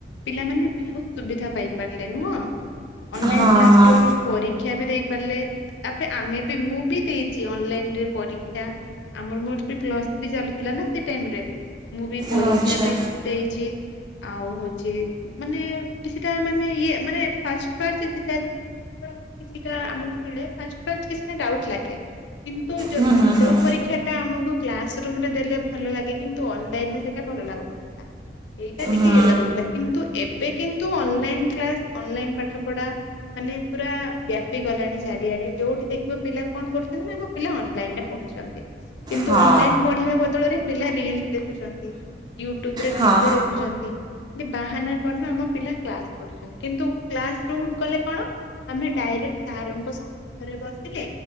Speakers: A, on the left; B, on the right.
A: ପିଲାମାନେ ବହୁତ ସୁବିଧା ପାଇପାରିଲେ ନୁହଁ ଅନଲାଇନ
B: ହଁ
A: କ୍ଲାସ
B: ହଁ।
A: ର ରୁ ପରୀକ୍ଷା ବି ଦେଇ। ତାପ ଆମେ ବି ମୁଁ ବି ଦେଇଛି ଅନଲାଇନରେ ପରୀକ୍ଷା ଆମର ମୋର ପ୍ଲସ ଥ୍ରୀ ଚାଲଥିଲା ନା ସେ ଟାଇରେ ମୁଁ ବି। ପରୀକ୍ଷା
B: ଆଚ୍ଛା
A: ବି ଦେଇଛି। ଆଉ ହଉଛି ମାନେ କିଛିଟା ମାନେ ଇଏ ମାନେ ଫାଷ୍ଟ୍ ଫାଷ୍ଟ୍ କିଛିଟା କିଛିଟା ଆମ୍ ଫାଷ୍ଟ୍ ଫାଷ୍ଟ୍ କିଛିଟା ଡାଉଟ୍ ଲାଗେ କିନ୍ତୁ ଯୋଉ
B: ହୁଁ ହୁଁ ହୁଁ।
A: ଯୋଉ ପରୀକ୍ଷା ଟା ଆମକୁ କ୍ଲାସ ରୁମ୍ ରେ ଦେଲେ ଭଲ ଲାଗେ କିନ୍ତୁ ଅନଲାଇନ ସେଟା ଭଲ ଲାଗୁନଥିଲା ଏଇଟା ଟିକେ
B: ହୁଁ
A: ଇଏ ଲାଗୁଥିଲା କିନ୍ତୁ ଏବେ କିନ୍ତୁ ଅନଲାଇନ କ୍ଲାସ ଅନଲାଇନ୍ ପାଠ ପଢା ମାନେ ପୁରା ବ୍ୟାପି ଗଲାଣି। ଚାରିଆଡେ ଯୋଉଠି ଦେଖିବ ପିଲା କଣ କରୁଛନ୍ତି? ନା ଆମ ପିଲା ଅନଲାଇନ ରେ ପଢୁଛନ୍ତି। କିନ୍ତୁ
B: ହଁ
A: ଅନଲାଇନ ପଢିବା ବଦଳରେ ପିଲା ରିଲ୍ ଦେଖୁଛନ୍ତି ୟୁଟ୍ୟୁବ ରେ
B: ହଁ
A: ଭିଡିଓ ଦେଖୁଛନ୍ତି। ଖାଲି ବାହାନା କରନ ଆମ ପିଲା କ୍ଲାସ କରୁଛନ୍ତି। କିନ୍ତୁ କ୍ଲାସ ରୁମ ଗଲେ କଣ ଆମେ ଡାଇରେକ୍ଟ ସାର ସମ୍ମୁଖରେ ବସିଲେ